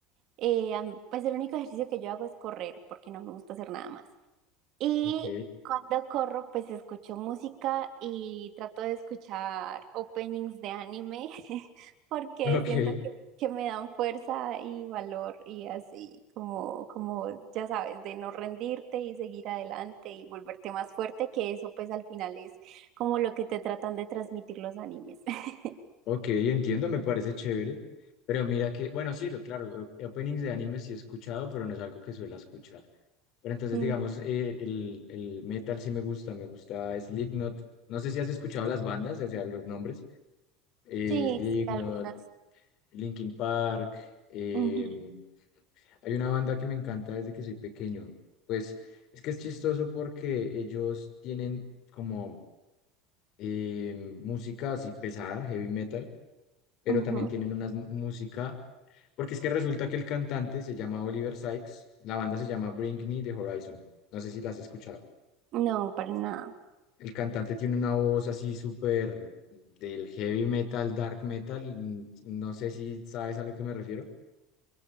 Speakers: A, on the right (about 55°); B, on the left (about 60°).
A: Eh, am- pues el único ejercicio que yo hago es correr, porque no me gusta hacer nada más. Y
B: Ok,
A: cuando corro, pues escucho música y trato de escuchar openings de anime, <laughs> porque
B: ok,
A: siento que, que me dan fuerza y valor y así como, como, ya sabes, de no rendirte y seguir adelante y volverte más fuerte, que eso pues al final es como lo que te tratan de transmitir los animes. <laughs>
B: ok, entiendo, me parece chévere. Pero mira que, bueno, sí, lo claro, o- openings de anime sí he escuchado, pero no es algo que suela escuchar. Pero entonces,
A: Mm,
B: digamos, eh, el, el metal sí me gusta, me gusta Slipknot. No sé si has escuchado las bandas, o sea, los nombres. eh,
A: Sí,
B: Slipknot,
A: sí, algunas.
B: Linkin Park. em,
A: Ujú,
B: hay una banda que me encanta desde que soy pequeño. Pues es que es chistoso porque ellos tienen como em, música así pesada, heavy metal, pero
A: ujú.
B: también tienen una música, porque es que resulta que el cantante se llama Oliver Sykes, la banda se llama Bring Me the Horizon. No sé si las has escuchado.
A: No, para nada.
B: El cantante tiene una voz así súper del heavy metal, dark metal. mm, No sé si sabes a lo que me refiero.